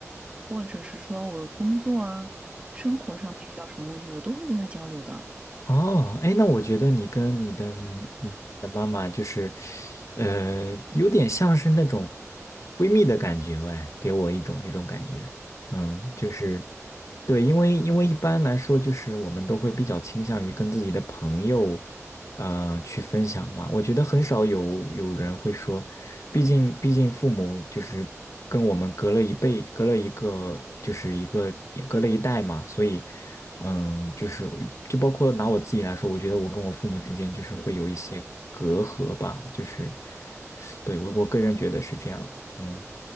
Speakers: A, on the right; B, on the left.
A: 或者是说我工作啊、生活上面遇到什么问题，我都会跟他交流的。
B: 哦，哎，那我觉得你跟你的嗯你的妈妈就是，呃，有点像是那种闺蜜的感觉，喂，给我一种这种感觉，嗯，就是对，因为因为一般来说就是我们都会比较倾向于跟自己的朋友。呃去分享吧。我觉得很少有有人会说，毕竟毕竟父母就是跟我们隔了一辈，隔了一个就是一个也隔了一代嘛，所以嗯，就是就包括拿我自己来说，我觉得我跟我父母之间就是会有一些隔阂吧，就是对我我个人觉得是这样，嗯。